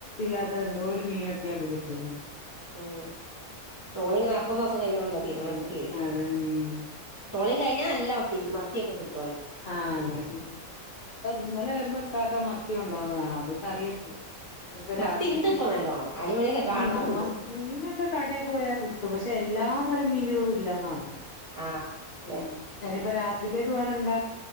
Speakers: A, on the left (about 75°); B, on the right (about 25°).
A: കാത്ത എന്തോ ഒരു മീനൊക്കിയാപ്പൊ കിട്ടുന്നത്
B: ഉം ട്രോളിങ് നാല്പത്തൊന്ന ദിവസം കഴിയണല്ലോ തീരണങ്കില്േ
A: അതെ അതെ ഉം
B: ടോളിും കഴിഞ്ഞൽല്ലത്തി മത്തി ഒക്കെ കട്ടും
A: ആ അതെ ഉന്നല്ല വരുമ്പ ഉട്ടാക്കാൻ മത്തിയ കൊണ്ടോന്നതാണ് അത് കറിയച്ച ഇനിയിപ്പോ
B: മത്തി
A: രാത്രിക്കക്ക്
B: ഇണ്ട് ഇപ്പൊ നല്ലോണം അടിപൊളിയൊക്കെ കാണുന്നുണ്ട്
A: ആ് നമ്മ മീനൊക്കെ കടയിൽ പോയാ കിട്ടു പക്ഷെ എല്ലാ രം മീനുകളും ഇല്ലന്നാ ഉ
B: ആഹ് അതെ
A: ഞാനിപ്പോ രാത്രിക്കായിട്ട് വേറെണ്ട